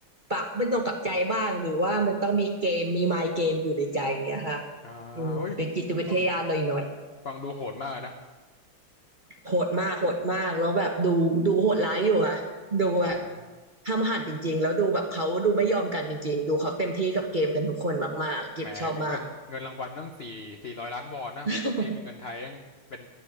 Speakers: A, on the right (about 30°); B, on the left (about 60°).
A: ปักไม่ตรงกับใจบ้างหรือว่ามันต้องมีเกมมีมายเกมอยู่ในใจอย่างเงี้ยค่ะ
B: อ่าเฮ้ย
A: อืมเป็นจิตวิทยาหน่อยๆ
B: ฟังฟังดูโหดมากนะ
A: โหดมากโหดมากแล้วแบบดูดูโหดร้ายอยู่ค่ะดูแบบ
B: อืม
A: ห้ามหันจริงๆแล้วดูแบบเขาดูไม่ยอมกันจริงๆดูเขาเต็มที่กับเกมกันทุกคนมากๆกิบชอบมาก
B: แหมก็เงินเงินรางวัลมันตั้งสี่สี่ร้อยล้านวอนนะโหตีเป็นเงินไทยตั้งเป็น
A: <laughs>